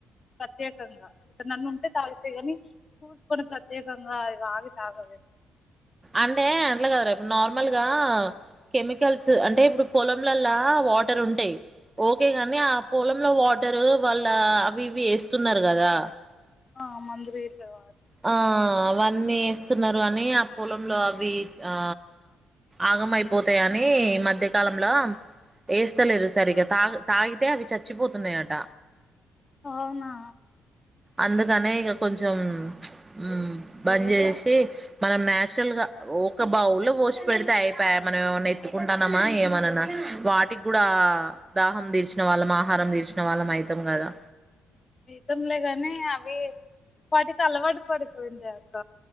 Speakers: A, on the left; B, on the right.
A: ప్రత్యేకంగా ఎక్కడ్నాన్ ఉంటే తాగుతయి గని చూసుకొని ప్రత్యేకంగా అవి ఆగి తాగవే
B: అంటే అట్లా కాదురా ఇప్పుడు నార్మల్గా కెమికల్స్ అంటే ఇప్పుడు పొలంలల్లా వాటర్ ఉంటయ్. ఓకే కాని ఆ పొలంలో వాటరు వాళ్ళ అవి ఇవి వేస్తున్నారు కదా.
A: ఆ మందరి సవ
B: ఆ అవన్నీ వేస్తున్నారు. అని ఆ పొలంలో అవి ఆ ఆగమైపోతాయని ఈ మధ్యకాలంలో వేస్తలేరు. సరిగ్గా తాగి తాగితే అవి చచ్చిపోతున్నాయట.
A: అవునా
B: అందుకనే ఇక కొంచెం ఉమ్ బంద్ చేసి, మనం నాచురల్గా ఒక బౌ లో పోసి పెడితే అయిపోయ్. మనం ఏమన్నా ఇత్తుకుంటానమా ఏమనన్నా వాటికి కూడా దాహం తీర్చిన వాళ్ళం. ఆహారం తీర్చిన వాళ్ళం అయితాం కదా.
A: జీవితంలేగానీ అవి వాటికి అలవాటు పడిపోయింది. అక్క